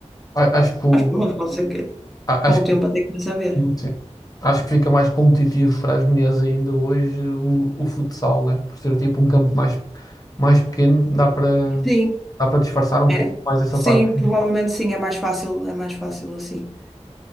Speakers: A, on the left (about 30°); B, in the centre.
A: a- acho que o-
B: mas pronto, pode ser que
A: a-
B: com
A: acho
B: o tempo até começa a ver.
A: Sim, sim. Acho que fica mais competitivo para as mulheres ainda hoje o, o futsal, né? Por ser tipo um campo mais, mais pequeno, dá para
B: Sim,
A: dá para disfarçar um
B: é.
A: pouco mais essa
B: Sim,
A: parte.
B: provavelmente sim, é mais fácil, é mais fácil assim.